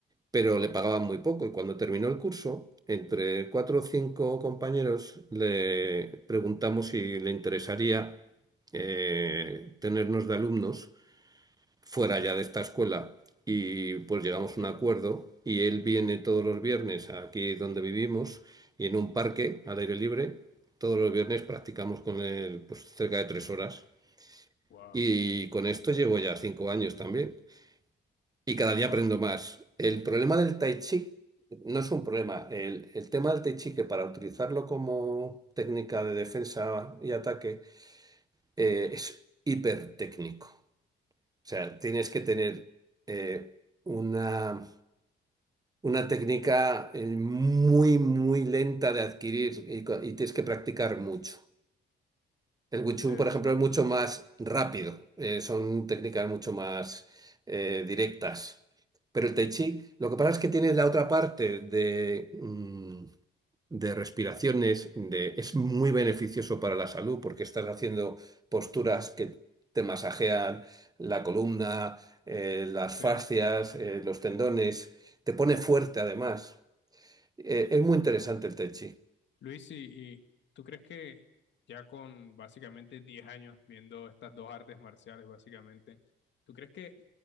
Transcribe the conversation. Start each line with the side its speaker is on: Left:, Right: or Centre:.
Right: pero le pagaban muy poco. Y cuando terminó el curso, entre cuatro o cinco compañeros le preguntamos si le interesaría eh, tenernos de alumnos fuera ya de esta escuela. Y pues llegamos
Left: claro,
Right: a un acuerdo y él viene todos los viernes aquí donde vivimos y en un parque al aire libre, todos los viernes practicamos con él pues, cerca de tres horas.
Left: wow,
Right: Y con esto llevo ya cinco años también. Y cada día
Left: wow,
Right: aprendo más. El problema del tai chi no es un problema. El, el tema del tai chi, que para utilizarlo como técnica de defensa y ataque, eh, es hipertécnico. O sea, tienes que tener eh, una, una técnica eh, muy, muy lenta de adquirir y co- y tienes que practicar mucho. El Wing
Left: interesante,
Right: Chun, por ejemplo, es mucho más rápido, eh, son técnicas mucho más eh, directas. Pero el Tai Chi, lo que pasa es que tiene la otra parte de, mm, de respiraciones, de, es muy beneficioso para la salud porque estás haciendo posturas que te masajean la columna, eh, las
Left: sí,
Right: fascias, eh, los tendones, te pone fuerte además. Eh, es muy interesante el Tai Chi.
Left: Luis, ¿y, y tú crees que ya con básicamente 10 años viendo estas dos artes marciales, básicamente, ¿tú crees que